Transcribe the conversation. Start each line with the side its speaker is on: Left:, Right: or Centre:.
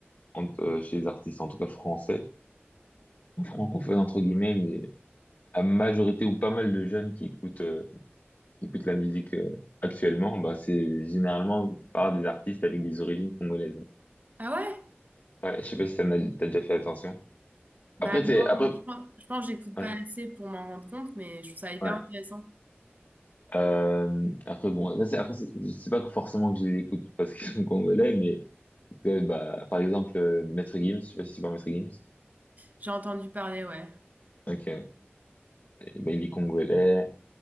Left: en- euh, chez les artistes, en tout cas français, <laughs> francophones, entre guillemets, mais la majorité ou pas mal de jeunes qui écoutent, euh, qui écoutent la musique euh, actuellement, bah, c'est généralement par des artistes avec des origines congolaises.
Right: Ah ouais?
Left: Ouais, je sais pas si t'en as, t'as déjà fait attention.
Right: Bah
Left: Après,
Right: non,
Left: c'est, après,
Right: mais je pense, je pense que j'écoute pas
Left: ouais,
Right: assez pour m'en rendre compte, mais je trouve ça hyper
Left: ouais.
Right: intéressant.
Left: Euh, après, bon, là, c'est, après, c'est je sais pas forcément que je les écoute parce qu'ils sont congolais, mais, en tout cas, bah, par exemple, euh, Maître Gims, je sais pas si tu vois Maître Gims.
Right: J'ai entendu parler, ouais.
Left: Ok, Ouais, bah, il est congolais.